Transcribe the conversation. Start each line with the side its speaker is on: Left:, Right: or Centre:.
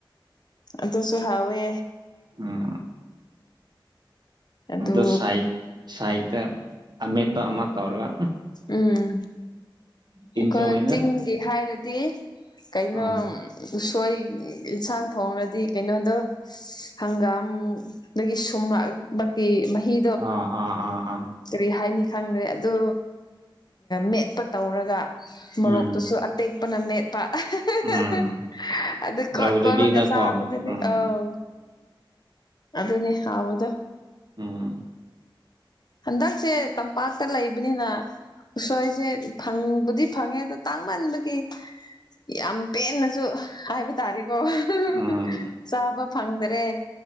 Left: ꯑꯗꯨꯁꯨ ꯍꯥꯎꯋꯦ꯫
Right: ꯎꯝ
Left: ꯑꯗꯨ
Right: ꯑꯗꯣ ꯁꯥꯏ ꯁꯥꯏꯠꯇ ꯑꯃꯦꯠꯄ ꯑꯃ ꯇꯧꯔꯒ
Left: ꯎꯝ
Right: ꯇꯤꯟ
Left: ꯑꯩꯈꯣꯏ
Right: ꯆꯣꯡꯉꯤꯗ
Left: ꯆꯤꯡꯒꯤ ꯍꯥꯏꯔꯗꯤ ꯀꯩꯅꯣ
Right: ꯑꯥ
Left: ꯎꯁꯣꯏ ꯌꯦꯟꯁꯥꯡ ꯊꯣꯡꯂꯗꯤ ꯀꯩꯅꯣꯗꯣ ꯍꯪꯒꯥꯝ ꯗꯒꯤ ꯁꯨꯝꯔꯛꯄꯒꯤ ꯃꯍꯤ
Right: ꯑ ꯑꯥ ꯑꯥ ꯑꯥ
Left: ꯀꯔꯤ ꯍꯥꯏꯅꯤ ꯈꯪꯗ꯭ꯔꯦ ꯑꯗꯨ ꯃꯦꯠꯄ ꯇꯧꯔꯒ ꯃꯣꯔꯣꯛꯇꯨꯁꯨ
Right: ꯎꯝ
Left: ꯑꯠ ꯇꯦꯛꯄꯅ ꯃꯦꯠꯄ ꯑꯍꯥ ꯍꯥ ꯍꯥ
Right: ꯎꯝ
Left: ꯍꯥ ꯍ ꯑꯗꯨ ꯀꯣꯠ
Right: ꯂꯧꯗꯕꯤꯗꯀꯣ
Left: ꯀꯣꯠꯂꯒ ꯆꯥꯕꯗꯨꯗꯤ
Right: ꯎꯝ
Left: ꯑꯧ ꯑꯗꯨꯅꯦ ꯍꯥꯎꯕꯗꯣ
Right: ꯎꯝ
Left: ꯍꯟꯗꯛꯁꯦ ꯇꯝꯄꯥꯛꯇ ꯂꯩꯕꯅꯤꯅ ꯎꯁꯣꯏꯁꯦ ꯐꯪꯕꯨꯗꯤ ꯐꯪꯉꯦ ꯑꯗꯣ ꯇꯥꯡꯃꯟꯕꯒꯤ ꯌꯥꯝ ꯄꯦꯟꯅꯁꯨ ꯍꯥꯏꯕ ꯇꯥꯔꯦꯀꯣ ꯑꯍ ꯥ ꯍ ꯥ
Right: ꯎꯝ
Left: ꯍ ꯆꯥꯕ ꯐꯪꯗꯔꯦ